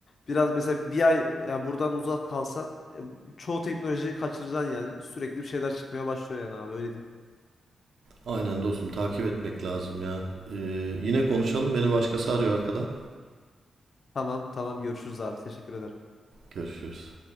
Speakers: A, on the left; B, on the right.
A: biraz mesela bir ay yani buradan uzak kalsan e, çoğu teknolojiyi kaçıracaksın yani. Sürekli bir şeyler çıkmaya başlıyor yani abi öyle diyeyim.
B: Aynen dostum takip etmek lazım ya. Ee, yine konuşalım. Beni başkası arıyor arkadan.
A: Tamam tamam görüşürüz abi. Teşekkür ederim.
B: Görüşürüz.